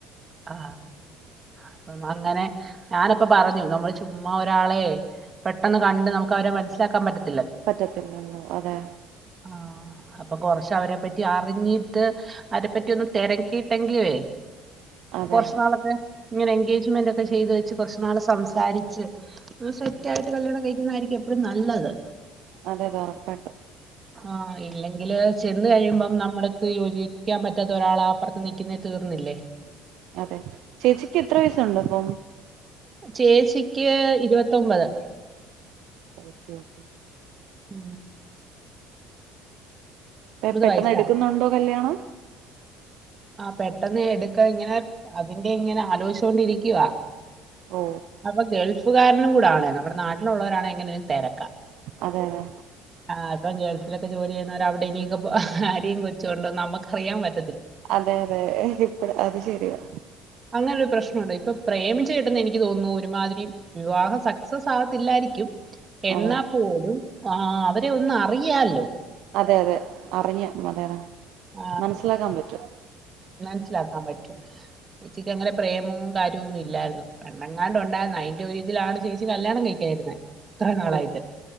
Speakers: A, on the right (about 30°); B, on the right (about 65°).
A: ആ അപ്പം അങ്ങനെ ഞാനപ്പ പറഞ്ഞു നമ്മള് ചുമ്മാ ഒരാളെ പെട്ടെന്ന് കണ്ട് നമുക്ക് അവരെ മനസ്സിലാകാൻ പറ്റത്തി
B: പറ്റത്തില്ലല്ലോ അതെ
A: ആഹ് അപ്പൊ കൊറ്ച്ച വരെ പറ്റി അറിഞ്ഞിട്ട് അവരെ പറ്റി ഒന്ന് തെരക്കിയിട്ടെങ്കിലുവേ
B: അതെ
A: കൊറച്ച്
B: അതെ
A: നാളൊക്കെ ഇങ്ങനെ എൻഗേജ്മെന്റ് ഒക്കെ ചെയ്ത് വെച്ച് കൊറച്ചു നാള് സംസാരിച്ച് ഒന്ന് സെറ്റ് ആയിട്ട് കല്യാണം കഴിക്കുന്നതായിരിക്കും എപ്പഴും നല്ലത്
B: അതെ അതെ ഉറപ്പായിട്ടും
A: ആ ഇല്ലെങ്കില് ചെന്ന് കഴിയുമ്പം നമ്മൾക്ക് യോജിക്കാൻ പറ്റാത്ത ഒരാളാ അപ്പറ്ത്ത് നിക്കുന്നെ തീർന്നില്ലേ
B: അതെ ചേച്ചിക്ക് എത്ര വയസുണ്ടിപ്പം
A: ചേച്ചിക്ക് ഇരുവത്തൊമ്പത്
B: ഓക്കെ ഓക്കെ
A: ഉ
B: പെ പെട്ടെന്ന്
A: വയസ്സാ
B: എടുക്കുന്നുണ്ടോ കല്യാണം
A: പെട്ടെന്ന് എടുക്കാ ഇങ്ങനെ അതിന്റെ ഇങ്ങനെ ആലോചിച്ച് കൊണ്ടിരിക്കുവാ
B: ഓ
A: അപ്പ ഗൾഫുകാരനും കുടാണ് നമ്മുടെ നാട്ടിലുള്ളവരാണേ എങ്ങനെങ്കിലും തെര
B: അതെ അതെ
A: ആ അപ്പ ഗൾഫിലൊക്കെ ജോലിചെയ്യുന്നവരവിടിനിക്ക ഭാര്യേം കൊച്ചുവൊണ്ടെന്ന് നമ്മക്കറിയാൻ പറ്റ
B: അതെ അതെ ഇപ്പ അത് ശരിയാ
A: അങ്ങനെ ഒരു പ്രശ്നുണ്ട് ഇപ്പ പ്രേമിച്ചു കെട്ട്ന്നെ എനിക്ക് തോന്നുന്നു ഒരുമാതിരി വിവാഹം സക്സസാവത്തില്ലായിരിക്കും എന്നാ
B: അതെ
A: പോലും ആ അവരെ ഒന്ന് അറിയാല്ലോ
B: അതെ അതെ അറിഞ്ഞു അതെ അതെ
A: ആ,
B: മനസ്സിലാക്കാൻ പറ്റും
A: മനസിലാക്കാൻ പറ്റും ചേച്ചിക്കങ്ങനെ പ്രേമോം കാര്യോം ഒന്നും ഇല്ലായിരുന്നു പണ്ടങ്ങാണ്ട് ഒണ്ടായിരുന്നു അ യ്ന്റൊരു ഇതിലാണ് ചേച്ചി കല്യാണം കഴിക്കാതിരുന്നെ ഇത്രേം നാളായിട്ട്
B: ഓ